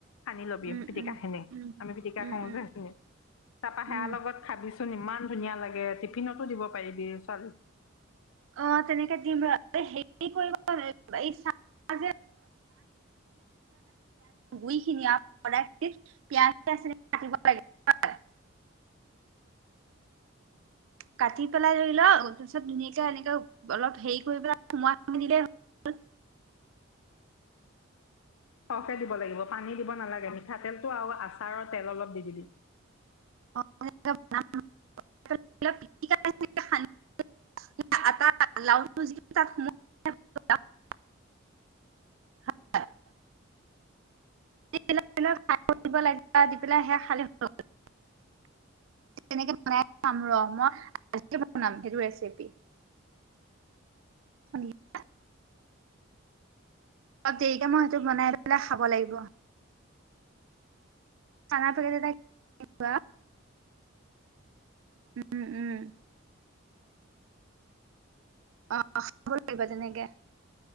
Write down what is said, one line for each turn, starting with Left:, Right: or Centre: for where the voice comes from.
Left: সানি লবি
Right: উম
Left: পিটিকা
Right: উম
Left: খিনি
Right: উম
Left: আমি পিটিকা
Right: উম
Left: কৰু
Right: উম
Left: যে সেইখিনি তাপা সেয়া
Right: উম
Left: লগত খাবিচোন ইমান ধুনীয়া লাগে টিফিনতো দিব পাৰিবি ছোৱালীক
Right: অ তেনেকে দিম ৰ হেৰি কৰিব এই যোজ গু খিনি পাজ কাটিব লাগে হয় <unintelligible> কাটি পেলাই ধৰি ল তাৰপিছত ধুনীয়াকে এনেকে অলপ হেৰি কৰি পেলাই সোমাই দিলেই হল
Left: সৰহকে দিব লাগিব পানী দিব নালাগে মিঠাতেলটো আৰু আচাৰৰ তেল অলপ দি দিবি
Right: আটা লাৰুটো যিহেতু তাত সুমোই হয় <unintelligible> সানি দিব লাগিব দি পেলাই সেয়া নাই <unintelligible> তেনেকে বনাই খোৱাম ৰ মই আজিয়েই বনাম সেইটো ৰেচিপি শুনিছা অপ দেৰিকে মই সেইটো বনাই পেলাই খাব লাগিব চানা পেকেট এটা কিনি লোৱা উম উম অ খাব লাগিব তেনেকে